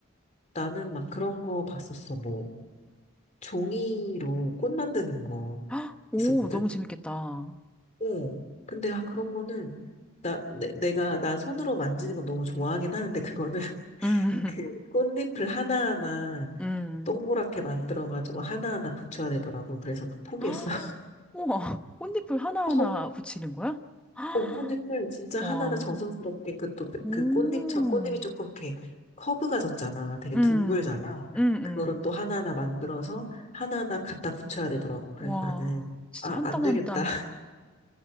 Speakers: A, on the left; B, in the centre.
A: 나는 막 그런 거 봤었어. 뭐 종이로 꽃 만드는 거
B: 헉, 오,
A: 있었거든.
B: 너무 재밌겠다.
A: 어. 근데 아, 그런 거는 나 내, 내가 난 손으로 만지는 건 너무 좋아하긴 하는데 그거는 <laughs>
B: 음, <laughs>
A: 그 꽃잎을 하나하나
B: 음.
A: 동그랗게 만들어가지고 하나하나 붙여야 되더라고. 그래서 포기했어.
B: <gasps> 헉, 우와, 꽃잎을 하나하나
A: <laughs>
B: 붙이는 거야? <gasps> 헉,
A: 어, 꽃잎을 진짜
B: 와,
A: 하나하나 정성스럽게 그 또
B: 오,
A: 그 꽃잎 저 꽃잎이 조금 이렇게 커브가 졌잖아. 되게
B: 음,
A: 둥글잖아.
B: 음,
A: 그거를
B: 음.
A: 또 하나하나 만들어서 하나하나 갖다 붙여야 되더라고. 그래서
B: 와,
A: 나는
B: 진짜
A: 아,
B: 한땀한
A: 안 되겠다.
B: 땀,
A: <laughs>